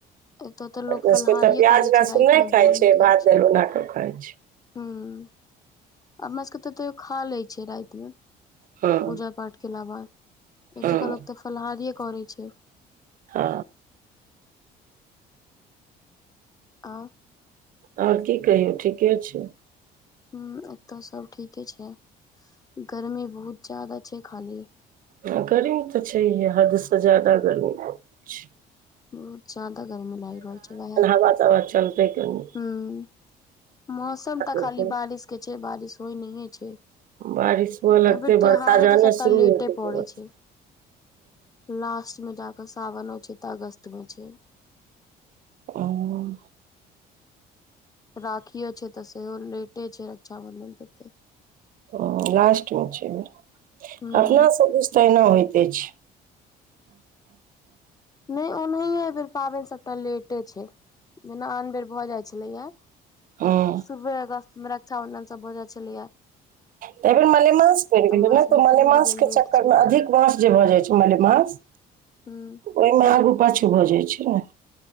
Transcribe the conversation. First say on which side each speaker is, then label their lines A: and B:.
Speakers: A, on the left; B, on the right.
A: एतऽ तऽ लोक
B: अपना
A: फलहारिेये
B: सबके तऽ प्याज
A: करै
B: लहसुन
A: छै राति
B: नहि
A: मे भोर मे खाइ
B: भात
A: छै।
B: दालि बना कऽ खाइ छै
A: हूं अपना सबके तऽ तैयो खा लै छै राति मे।
B: हँ
A: पूजा पाठ केला बाद एतुका
B: हँ
A: लोक तऽ फलहारिये करै छै।
B: ह।
A: आ
B: आओर की कहियौ ठीके छै।
A: हूं अतौ सब ठीके छै गर्मी बहुत जादा छै खाली।
B: हं गर्मी तऽ छैहे हद स ज्यादा गर्मी। छै
A: बहुत जादा गर्मी लागि रहल छै वहै।
B: हावा तावा चलतै केहु।
A: हूं मौसम तऽ खाली
B: हेतै
A: बारिश के छै बारिश होइ नहिये छै। एय
B: बारिश हुअ लगतै
A: फेर त्यौहारो
B: बरसा जहने
A: तऽ सबटा
B: शुरू
A: लेटे
B: हेतै तुरत
A: पड़ै छै। लास्ट मे जाकऽ सावनो छै तऽ अगस्त में छै।
B: अ ओं
A: राखीयो छै तऽ सेहो लेटे छै रक्षाबंधन तते।
B: हँ लास्टमे छै अय बेर,
A: हूं
B: अपना सब दिश तऽ अहिना होइते छै।
A: नहि ओनहिए एहि बेेर पाबैन सबटा लेटे छै। जेना आन बेर भऽ जाइ छलैए।
B: हँ
A: शुरूवे अगस्त मे रक्षााबंधन सब हो जाइ छलैए।
B: तऽ एहि बेर मलेमास पड़ि गेलै
A: भऽ
B: नऽ,
A: जाइ छलै
B: तऽ
A: से
B: मलेमास
A: नहि एहि बेर
B: के
A: लेट
B: चक्कर
A: छै
B: मे अधिक मास जे भ जाइ छै मलेमास।
A: हूं।
B: ओय मे आगू-पाछू भऽ जाइ छै ने।